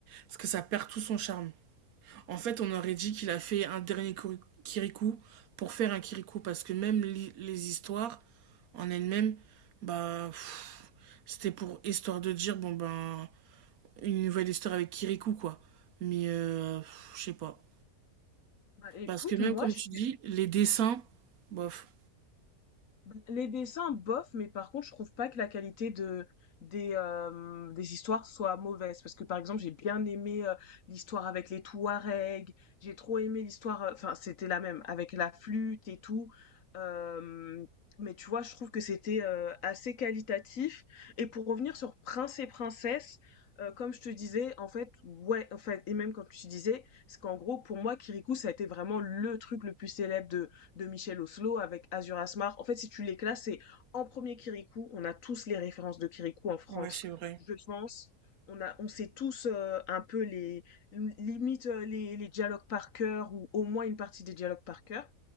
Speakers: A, on the right (about 70°); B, on the left (about 60°).
A: Parce que ça perd tout son charme. En fait, on aurait dit qu'il a fait un dernier Kuri- Kirikou pour faire un Kirikou. Parce que même li- les histoires en elles-mêmes, bah, pff, c'était pour histoire de dire, bon, ben, une nouvelle histoire avec Kirikou, quoi. Mais, euh, pff, je sais pas.
B: Bah, écoute,
A: Parce que même
B: moi,
A: comme
B: je
A: tu dis, les dessins, bof.
B: Bah, les dessins, bof, mais par contre, je trouve pas que la qualité de des euh, des histoires soit mauvaise parce que par exemple, j'ai bien aimé euh, l'histoire avec les Touaregs, j'ai trop aimé l'histoire euh, enfin, c'était la même avec la flûte et tout. euh, mais tu vois, je trouve que c'était euh, assez qualitatif et pour revenir sur Prince et Princesse euh, comme je te disais, en fait, ouais, en fait, et même comme tu disais, c'est qu'en gros, pour moi, Kirikou, ça a été vraiment le truc le plus célèbre de Michel Oslo avec Azur Asmar. En fait, si tu les classes, c'est en premier Kirikou. On a tous les références de Kirikou en France,
A: Ouais, c'est vrai.
B: je pense. On a, on sait tous euh, un peu les limites les, les dialogues par cœur ou au moins une partie des dialogues par cœur.